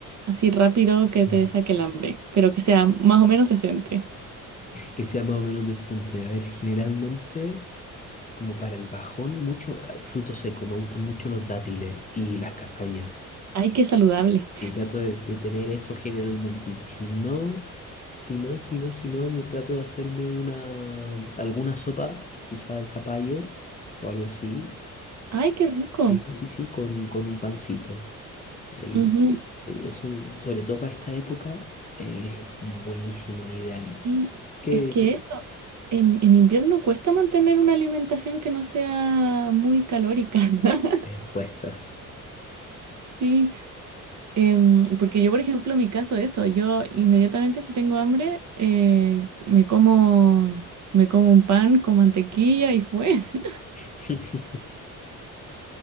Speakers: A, on the right; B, on the left.
A: así rápido que
B: Ujú.
A: te saque el hambre, pero que sea más o menos decente?
B: Que sea más o menos decente. A ver, generalmente, como para el bajón, mucho eh, fruto seco. Me gustan mucho los dátiles y las castañas.
A: Ay,
B: Y,
A: qué saludable.
B: y sí, trato de, de tener eso generalmente. Y si no, si no, si no, si no, me trato de hacerme una, alguna sopa, quizá de zapallo o algo así.
A: Ay, qué rico.
B: Sí, sí, sí, con, con un pancito. Ahí,
A: Ujú.
B: sí, eso, sobre todo para esta época, es buenísimo, ideal. ¿Y
A: Y
B: qué,
A: es que eso,
B: qué
A: en, en invierno cuesta mantener una alimentación que no sea muy calórica. <laughs>
B: Eh, cuesta.
A: Sí. Em, porque yo, por ejemplo, en mi caso, eso, yo inmediatamente si tengo hambre, eh, me como, me como un pan con mantequilla y fue. <laughs>
B: <laughs>